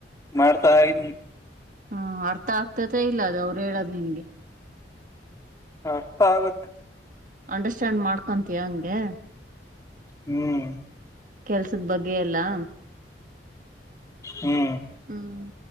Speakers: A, on the left; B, on the right.
A: ಮಾಡ್ತಾ ಯಿದಿನಿ
B: ಹ್ಮ ಅರ್ಥ ಆಗ್ತತೆ ಇಲ್ಲ ಅದ ಅವರು ಹೇಳದ ನಿನ್ಗೆ
A: ಅರ್ಥ ಆಗತ್
B: ಅಂಡರ್ಸ್ಟ್ಯಾಂಡ್ ಮಾಡ್ಕೊಂತಯ ಹಂಗೆ
A: ಹ್ಮ್
B: ಕೆಲ್ಸದ ಬಗ್ಗೆ ಎಲ್ಲಾ
A: ಹ್ಮ್
B: ಹ್ಮ್